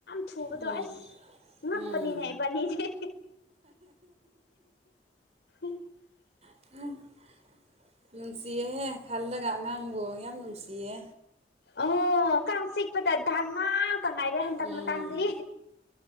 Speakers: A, on the left; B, on the right.
A: ꯊꯨꯕꯗꫭ
B: ꯎꯝ
A: ꯑꯁ ꯉꯛꯄꯅꯤꯅꯦ
B: ꯎꯝ
A: ꯏꯕꯥꯅꯤꯗꯤ <unintelligible>
B: <unintelligible> ꯅꯨꯡꯁꯤꯌꯦꯍꯦ ꯈꯜꯂꯒ ꯑꯉꯥꯡꯕꯨ ꯌꯥꯝ ꯅꯨꯡꯁꯤꯌꯦ
A: ꯑꯣ ꯀꯥꯡ ꯆꯤꯛꯄꯗ ꯗꯥꯛ ꯉꯥꯛ ꯇ ꯉꯥꯏꯔꯦ ꯍꯟꯗꯛ
B: ꯎꯝ
A: ꯃꯇꯥꯡꯗꯤ